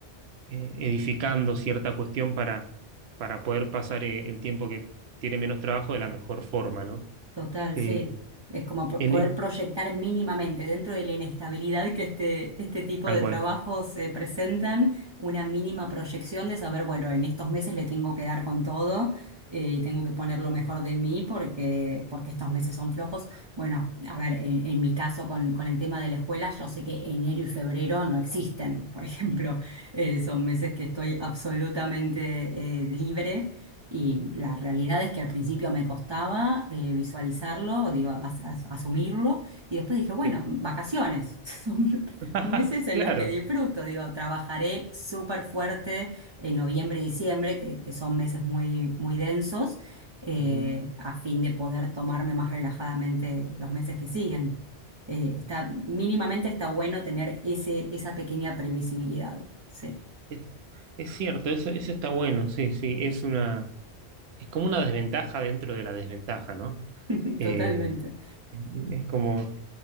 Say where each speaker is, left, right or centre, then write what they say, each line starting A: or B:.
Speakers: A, on the right; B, on the right.
A: eh, edificando cierta cuestión para, para poder pasar eh, el tiempo que tiene menos trabajo de la mejor forma, ¿no?
B: Total,
A: Eh,
B: sí. Es como pro-
A: en,
B: poder proyectar mínimamente dentro de la inestabilidad que este, que este tipo
A: tal
B: de
A: cual.
B: trabajos se presentan, una mínima proyección de saber, bueno, en estos meses le tengo que dar con todo eh, y tengo que poner lo mejor de mí porque, porque estos meses son flojos. Bueno, a ver, en, en mi caso con, con el tema de la escuela, yo sé que enero y febrero no existen, por <laughs> ejemplo, Eh, son meses que estoy absolutamente eh, libre y la realidad es que al principio me costaba eh, visualizarlo, digo, as- as- asumirlo, y después dije, bueno,
A: Sí.
B: vacaciones, <laughs> son
A: <laughs>
B: meses en
A: Claro.
B: los que disfruto, digo, trabajaré súper fuerte en noviembre y diciembre, que, que son meses muy, muy densos, eh,
A: Ujú.
B: a fin de poder tomarme más relajadamente los meses que siguen. Eh, está, mínimamente está bueno tener ese, esa pequeña previsibilidad, sí,
A: Es, es cierto, eso, eso está bueno, sí, sí, es una, es como una desventaja dentro de la desventaja, ¿no?
B: <laughs>
A: Eh,
B: totalmente,
A: e, es como,